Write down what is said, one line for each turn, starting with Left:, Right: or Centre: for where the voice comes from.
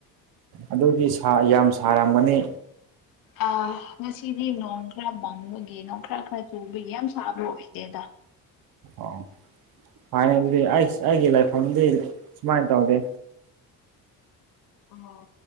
Right: ꯑꯗꯨꯗꯤ ꯁꯥ ꯌꯥꯝ ꯁꯥꯔꯝꯒꯅꯤ
Left: ꯑ ꯉꯁꯤꯗꯤ ꯅꯣꯡ ꯈꯔ ꯃꯪꯕꯒꯤ ꯅꯣꯡ ꯈꯔ ꯈꯔ ꯆꯨꯕꯒꯤ ꯌꯥꯝ ꯁꯥꯕ ꯑꯣꯏꯗꯦꯗ
Right: ꯑꯣ ꯐꯥꯏꯅꯦꯜꯂꯤ ꯑꯩꯁ ꯑꯩꯒꯤ ꯂꯩꯐꯝꯗꯤ ꯁꯨꯃꯥꯏꯅ ꯇꯧꯗꯦ
Left: ꯑꯣ